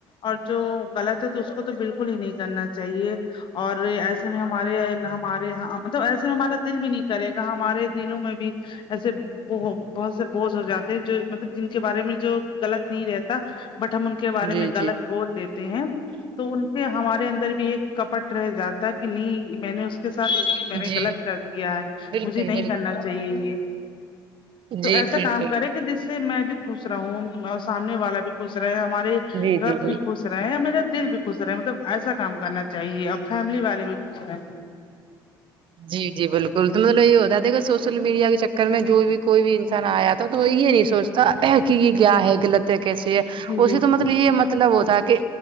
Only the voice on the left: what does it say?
اور جو غلط ہے تو اس کو تو بالکل ہی نہیں کرنا چاہیے اور ایسے میں ہمارے ہمارے ہاں مطلب ایسے میں ہمارا دل بھی نہیں کرے گا ہمارے دلوں میں بھی ایسے بہت سے بوج ہو جاتے ہیں جو مطلب جن کے بارے میں جو غلط نہیں رہتا بٹ ہم ان کے بارے
میں غلط
بول دیتے ہیں تو ان ہمارے اندر بھی ایک کپٹ رہ جاتا ہے کی نہیں میں نے اس کے ساتھ میں نے
غلط کر دیا ہے
مجھے نہیں
کرنا چاہیے یے تو
ایسا
کام کرے کہ جس سے میں بھی خوش رہوں اور سامنے والا بھی خوش رہے ہمارے
رب
بھی
خوش رہے میرا دل بھی خوش رہے مطلب ایسا کام کرنا چاہیے اور فیملی والے بھی خوش رہے ہیں
جی
جی
جی